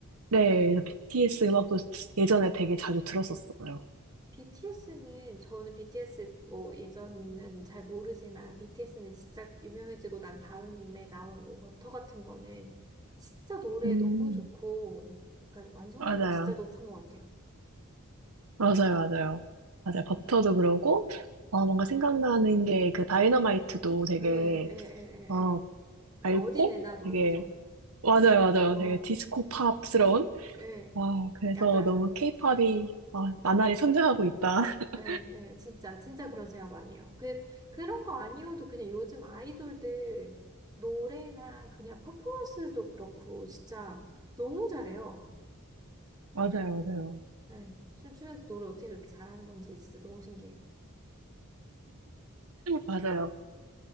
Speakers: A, on the right; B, on the right.
A: 네, 그래서 BTS 음악도 예전에 되게 자주 들었었어요.
B: BTS는 저는 BTS 뭐 예전은 잘 모르지만 BTS는 진짜 유명해지고 난 다음에 나온 뭐 워터 같은 거는 진짜 노래
A: 음,
B: 너무 좋고 약간 완성도가
A: 맞아요.
B: 진짜 높은 것 같아요.
A: 맞아요, 맞아요. 맞아요. 버터도 그러고, 어, 뭔가 생각나는 게 그 다이너마이트도 되게,
B: 예, 예, 예,
A: 어,
B: 예, 예. 진짜
A: 밝고,
B: 어디 내놔도
A: 되게,
B: 그죠?
A: 맞아요, 맞아요.
B: 어,
A: 되게 디스코 팝스러운?
B: 예.
A: 아, 그래서
B: 약간
A: 너무 케이팝이, 아, 나날이 성장하고 있다. <laughs>
B: 예, 예, 진짜, 진짜 그런 생각 많이 해요. 그, 그런 거 아니어도 그냥 요즘 아이돌들 노래나 그냥 퍼포먼스도 그렇고, 진짜 너무 잘해요.
A: 맞아요, 맞아요.
B: 예, 춤추면서 노래 어떻게 그렇게 잘하는 건지 진짜 너무 신기해요.
A: 맞아요.